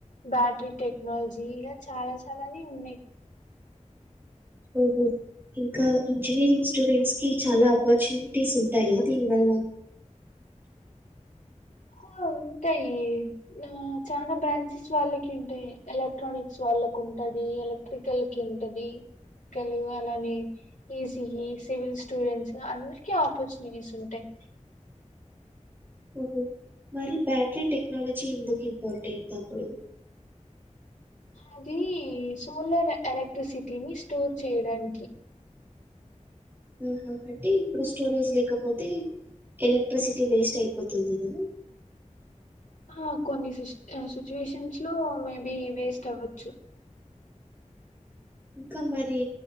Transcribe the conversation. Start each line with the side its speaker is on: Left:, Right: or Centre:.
Left: బ్యాటరీ టెక్నాలజీ ఇలా చాలా చాలాని ఉన్నాయి.
Right: ఆహ ఇంకా ఇంజనీరింగ్ స్టూడెంట్స్ కి చాలా ఆపర్చునిటీస్ ఉంటాయా దీని వల్ల?
Left: హ ఉంటాయి ఆ చాలా బ్రాంచెస్ వాళ్ళకి ఉంటాయి. ఎలక్ట్రానిక్స్ వాళ్ళకు ఉంటది ఎలక్ట్రిక్ కలికి ఉంటది కలియు అలానే ఈజీఇ సివిల్ స్టూడెంట్స్ అందరికి ఆపర్చునిటీస్ ఉంటాయి.
Right: ఓహో మరి బ్యాటరీ టెక్నాలజీ ఎందుకు ఇంపార్టెంట్ అప్పుడు?
Left: అది సోలార్ ఎలక్ట్రిసిటీని స్టోర్ చేయడానికి
Right: ఆహా అంటే ఇప్పుడు స్టోరేజ్ లేకపోతే ఎలక్ట్రిసిటీ వేస్ట్ అయిపోతుంది కదా
Left: ఆ కొన్ని సిచ్యువేషన్స్ లో మేబి వేస్ట్ అవ్వచ్చు.
Right: ఇంకా మరి